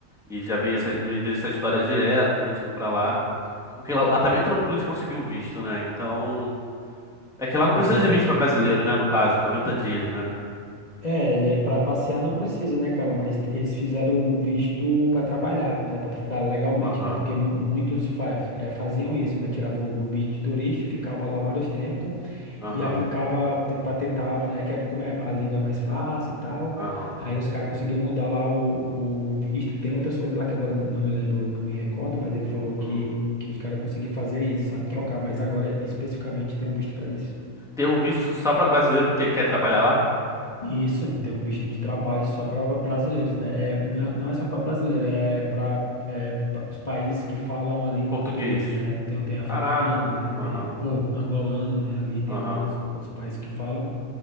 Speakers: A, in the centre; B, on the left (about 30°).
A: e já vi essa, eu vi essa história direto, gente indo pra lá. Porque lá, lá tá bem tranquilo de conseguir o visto, né? Então. É que lá não
B: Pois
A: precisa
B: é.
A: de visto pra brasileiro, né? No caso, 90 dias, né?
B: É, é para passear não precisa, né, cara? Mas t- eles fizeram o visto para trabalhar, né? Para ficar legalmente,
A: Aham.
B: né? Porque mu- muitos fa- eh, faziam isso, né? Tirava o o visto de turista, ficava lá vários tempos
A: Aham,
B: e aplicava para tentar, né? Que é, como é, a língua é mais fácil e tal.
A: aham.
B: Aí os caras conseguiam mudar lá o, o- o visto. Tem outras coisas lá que agora não me lembro, não me recordo, mas ele falou que,
A: uhum.
B: que os caras conseguiam fazer isso, sabe? Trocar, mas agora especificamente tem um visto para isso.
A: Tem um visto só pra brasileiro que quer, quer trabalhar lá?
B: Isso, tem um visto de trabalho só para brasileiros, né? É, não não é só para brasileiro, é para os países que falam a língua
A: Português.
B: portuguesa, né? Então tem africano,
A: Caraca,
B: né?
A: aham,
B: Tem a- ou angolano, né? Ali tem
A: aham.
B: alguns outros países que falam